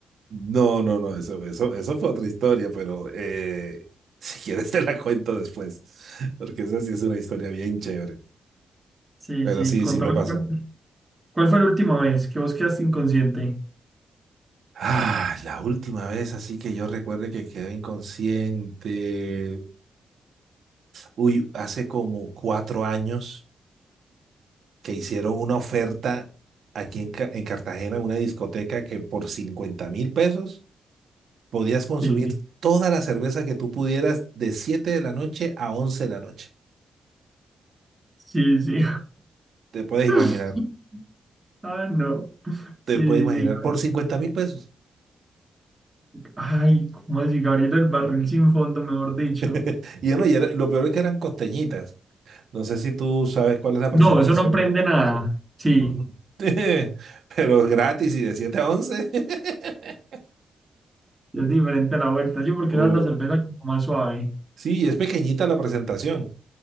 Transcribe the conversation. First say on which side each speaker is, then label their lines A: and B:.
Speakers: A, on the right; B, on the right.
A: No, no, no, eso, eso, eso fue otra historia, pero eh, si quieres te la cuento después, porque esa sí es una historia bien chévere.
B: Sí,
A: Pero
B: sí,
A: sí,
B: contame
A: sí me pasó.
B: cuál, cuál fue la última vez que vos quedaste inconsciente.
A: Ah, la última vez, así que yo recuerde que quedé inconsciente. Uy, hace como cuatro años. que hicieron una oferta aquí en, Ca- en Cartagena, en una discoteca que por cincuenta mil pesos podías consumir
B: Sí, sí,
A: toda la cerveza que tú pudieras de 7 de la noche a 11 de la noche.
B: sí, sí.
A: Te puedes
B: <laughs>
A: imaginar,
B: Ah, no.
A: te
B: Sí,
A: puedes imaginar,
B: sí, sí.
A: por cincuenta mil pesos.
B: Ay, ¿cómo así? Gabriel, el barril sin fondo, mejor dicho.
A: <laughs> Y yo no, y era- lo peor es que eran costeñitas. No sé si tú sabes cuál es la presentación.
B: No, eso no prende nada. Sí,
A: <laughs> Pero gratis y de siete a once <laughs>
B: es diferente a la vuelta. Sí, porque
A: Uh,
B: esa es la cerveza como más suave.
A: sí, es pequeñita la presentación.